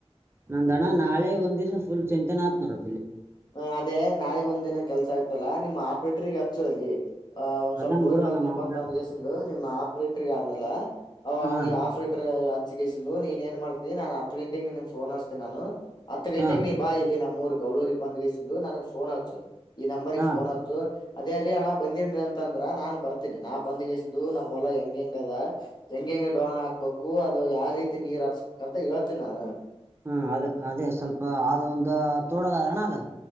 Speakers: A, on the right; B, on the left.
A: ನಂದ ಅಣ್ಣ ನಾಳೆ ಒಂದ ದೀವ್ಸ ಫುಲ್ ಚಂತನಾ ಆಯ್ತ್ದ ನೋಡ.
B: ಹ ಅದೇ ನಾಳಿಗ್ ಒಂದ್ ದಿನ ಕೆಲ್ಸ ಆಯ್ತಲ್ಲಾ ನಿಮ್ಮ್ ಆಪ್ರೇಟರ್ಗ್ ಹಚ್ಚು ಅಲ್ಲಿ ಆ ಒಂದ್ ಸ್ವಲ್ಪ
A: ಅದನ್
B: ಹೋಗಿ
A: ಬಿಡು
B: ಬರ್ತನಪ್ಪ
A: ನಮ್ಮ ಅಪ್ಪ
B: ಅಂತ ಅಂದ್ಕೇಶಿಂದು ನಿಮ್ಮ್ ಆಪ್ರೇಟರ್ಗ ಆಮ್ಮೇಲ್ ಅವ್
A: ಹಾ
B: ಅವ್ನಿಗೆ ಆಫ್ರೇಟರ್ ಹಚ್ಚಿಗೆಸಿಂದು ನೀನ್ ಏನ್ ಮಾಡ್ತತಿ ನಾನ್ ಹತ್ತ ಗಂಟೆಗೆ ನಿನ್ ಫೋನ್ ಹಚ್ಚ್ತೆ ನಾನು. ಹತ್ ಗಂಟೆಗ
A: ಹಾ
B: ನೀ ಬಾ ಇಲ್ಲಿ ನಮ್ಮ ಊರ್ ಗೌಡೂರಿಗೆ ಬಂದ್ಗೆಸಿಂದು ನನಗ ಫೋನ್ ಹಚ್ಚು. ಈ ನಂಬರ್ರಿಗ್
A: ಹಾ
B: ಫೋನ್ ಹಚ್ಚು. ಅದೇ ರೀ ಅಣ್ಣ ಬಂದೇನ್ ರೀ ಅಂತಂದ್ರ ನಾನ್ ಬರ್ತೀನಿ ನಾ ಬಂದ್ಗೆಸಿಂದು ನಮ್ಮ ಹೊಲ ಹೆಂಗೆಂಗ ಅದ ಹೆಂಗ ಹೆಂಗೆ ಡೋಣ ಹಾಕ್ಬೇಕು ಅದು ಯಾವ ರೀತಿ ನೀರ್ ಹಾರ್ಸ್ಬೇಕು ಅಂತ ಹೇಳ್ತೇನಿ ನಾನು.
A: ಹ್ಮ ಅದ ಅದೇ ಸ್ವಲ್ಪ ಅದು ಒಂದು ತೋಡದದಾರಣ ಅದು.